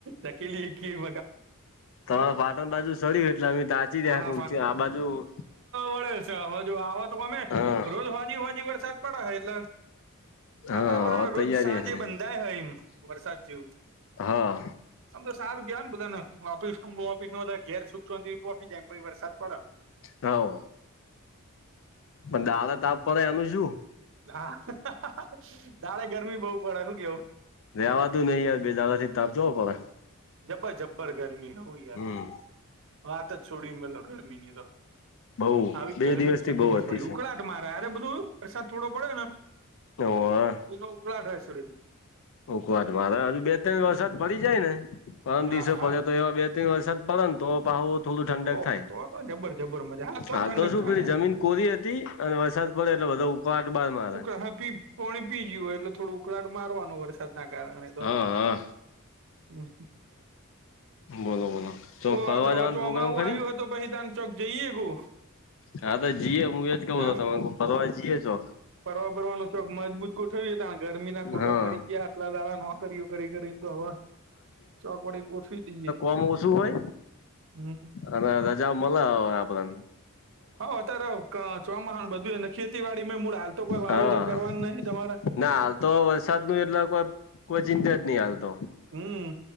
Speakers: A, on the right (about 60°); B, on the left (about 65°).
A: ધકેલી કે <unintelligible>
B: તમારે પાટણ બાજુ સડ્યું એટલે અમે તાચી
A: <unintelligible>
B: રહ્યા કઉ છું. આ બાજુ
A: વરસાદ અચ્છા હ જો આવા તો ગમે
B: હા
A: રોજ વાજી હોનજે વરસાદ પડે હ એટલે
B: હા
A: વાતાવરણ
B: હવે તૈયારી
A: રોજ સાંજે
B: હે નઈ
A: બંધાય હ એમ વરસાદ જેવું.
B: હા
A: આમ તો સારું ગયા ને બધને ઓપીસ ઓફીસ ઘેર સુખિ સોનતી જમ વરસાદ પડે.
B: હવ પણ દાળ તાપ પડે એનું શું?
A: <unintelligible> હા, દાળે ગરમી બહુ પડે શું કેવું?
B: રેવાતું નહી યાર બે દાદા થી તાપજો ચેવો પડે.
A: જબ્બર જબ્બર ગરમી હો યાર
B: હમ
A: વાત જ છોડી મેલો ગરમી ની તો.
B: બઉ
A: આવી
B: બે
A: ગરમી
B: દિવસ
A: જ
B: થી
A: કદી
B: બઉ
A: નહી
B: હતી
A: પડી
B: છે
A: ઉકળાટ મારે અરે બધું વરસાદ થોડો પડે ને,
B: ઓવે
A: એનો ઉકળાટાયસો <unintelligible>
B: ઉકવા મારે હજુ બે ત્રણ વરસાદ પડી જાય ને પરમ દિવસો
A: હા
B: પડે તો એવા બે <unintelligible> વરસાદ પડે ને તો પણ હું થોડું ઠંડક
A: ઓહો
B: થાય
A: તો તો જબર જબર મજા હા જ
B: હાલ
A: ઠંડક
B: તો શું
A: થાય
B: પે
A: ને
B: જમીન કોરી હતી, અને વરસાદ પડે એટલે બધા ઉકાવાટ બાદ માં
A: ઉકળી પો પી જય હોય એટલે થોડું ઉકળાટ મારવાનો વરસાદના કારણે તો
B: હા હા
A: <unintelligible>
B: બોલો બોલો ચોક
A: ઓ
B: ફરવા
A: આ તોવે
B: જવાનો
A: ચોમાહુ
B: પ્રોગ્રામ ખરી
A: આવ્યું હતું પહીતાાન ચોક જઈએ ગુ
B: હા તો જીયે હું એજ કઉું છું
A: આ
B: તમાર કુ ફરવા જીએ જો.
A: ફરવા બરવાનું ચોક મજબૂત કો થયું જ તા ગરમી ના ખોટા
B: હા
A: મરી ગયા હાટલા દાડા ન વા કર્યું કરી કરીને તો આવા ચોક વડે ગોઠવી દઈએ.
B: આમ ઓસું હોય?
A: હમ્મ.
B: અને રજા મલે હવે આપડાને.
A: હોવ અત્યારે કા ચોમાહું ને બધું અને ખેતીવાડી મે મૂળ હાલ તો કોઈ વાવેતર
B: હા
A: કરવાનું નહીં તમારે.
B: ના હાલ તો વરસાદ નું એટલા કોક કોઈ જિંજટ નહીં હાલતો.
A: હમ્મ.